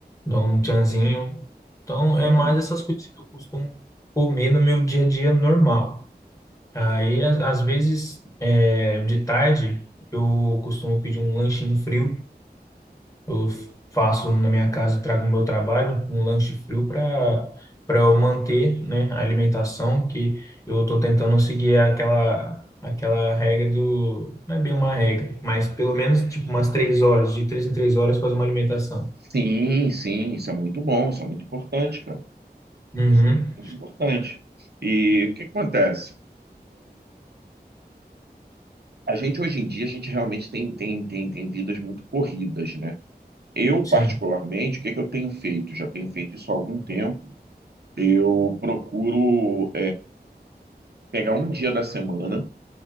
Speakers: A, on the left; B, on the right.
A: dá um tchanzinho. Então, é
B: Uhum.
A: mais essas coisas que eu costumo comer no meu dia a dia normal. Aí, às às vezes, é, de tarde, eu costumo pedir um lanchinho frio eu faço na minha casa, trago o meu trabalho, um lanche frio para para eu manter, né, a alimentação que eu estou tentando seguir aquela aquela regra do, não é bem uma regra, mas pelo menos tipo umas três horas, de três em três horas fazer uma alimentação.
B: Sim, sim, isso é muito bom, isso é muito importante, cara.
A: Uhum,
B: Isso é muito importante. E o que acontece? A gente hoje em dia, a gente realmente tem, tem, tem, tem vidas muito corridas, né? Eu,
A: sim.
B: particularmente, o que é que eu tenho feito? Já tenho feito isso há algum tempo. Eu procuro pegar um dia da semana